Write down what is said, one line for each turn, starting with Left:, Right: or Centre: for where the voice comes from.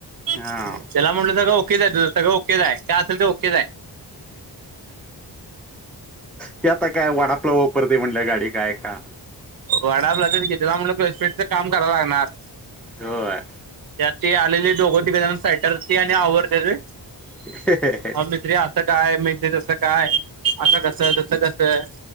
Right: त्याला
Centre: हा
Right: म्हटलं सगंळं ओकेच आहे तुझं सगळ ओकेच आहे काय असलं तर ओकेच आहे.
Centre: ते आता काय वाडापलाव परती म्हणलं गाडी काय का
Right: वडा <unintelligible> घेतेल म्हणला क्लच पेडचा काम कराव लागणार
Centre: होय.
Right: त्यात ते आलेले दोघं-तिघ जण स्वेटरते आणि आवरतेत रे.
Centre: <unintelligible>
Right: हाव मेस्त्री असं काय मेस्त्री तसं काय असं कसं तसं कसं